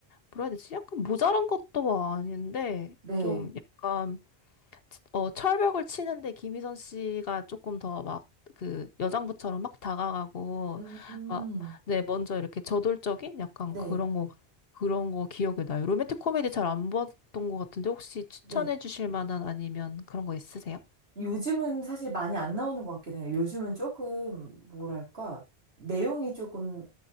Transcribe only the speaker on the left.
뭐라 해야 되지? 약간 모자란 것도 뭐 아닌데,
좀 약간, 어, 철벽을 치는데 김희선 씨가 조금 더 막, 그, 여장부처럼 막 다가가고,
막, 네, 먼저 이렇게 저돌적인 약간
그런 거, 그런 거 기억이 나요. 로맨틱 코미디 잘 안 봤던 것 같은데, 혹시 추천해
주실 만한 아니면 그런 거 있으세요?